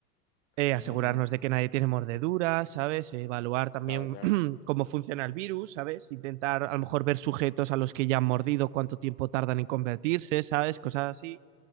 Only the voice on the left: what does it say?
ujú, ujú.
Claro, claro.